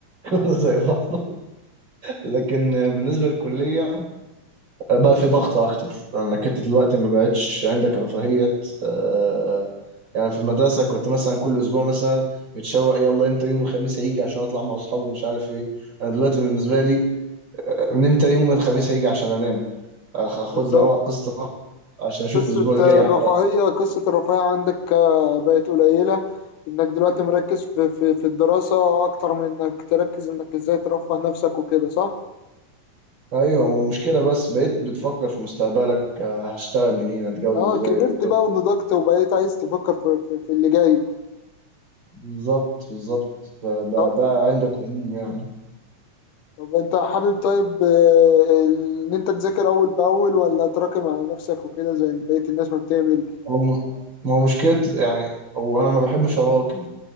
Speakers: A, on the right (about 40°); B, on the left (about 80°).
A: كنا زي بعض لكن بالنسبة للكلية بقى في ضغط أكتر لأنك أنت دلوقتي ما بقتش عندك رفاهية آه، يعني في المدرسة كنت مثلا كل أسبوع مثلا متشوق يلا إمتى يوم الخميس هيجي عشان أطلع مع أصحابي مش عارف إيه أنا دلوقتي بالنسبة لي من إمتى يوم الخميس هيجي عشان أنام أخ- أخد
B: بالظبط
A: لي رأ- قسط راحة عشان أشوف
B: قصة
A: الأسبوع الجاي
B: الرفاهية
A: على
B: قصة الرفاهية عندك آه، بقت قليلة انك دلوقتي مركز في في في الدراسة اكتر من انك تركز انك ازاي ترفه نفسك وكده صح؟
A: أيوة ومشكلة بس بقيت بتفكر في مستقبلك آه، هشتغل منين هتجوز
B: اه
A: إزاي
B: كبرت
A: وكده
B: بقى ونضجت وبقيت عايز تفكر في في, في اللي جاي
A: بالظبط بالظبط فده
B: آه،
A: ده عندك عموم يعني
B: طب انت حابب طيب آه، ان انت تذاكر اول باول ولا تراكم على نفسك وكده زي بقية الناس ما بتعمل
A: هو ما هو مشكلة يعني هو أنا ما بحبش أراكم